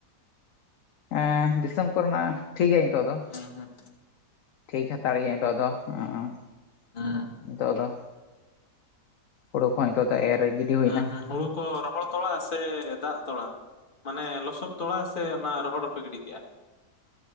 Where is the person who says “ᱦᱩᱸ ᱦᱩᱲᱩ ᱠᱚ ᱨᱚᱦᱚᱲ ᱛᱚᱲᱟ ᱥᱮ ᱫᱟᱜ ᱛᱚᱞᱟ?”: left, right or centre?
Left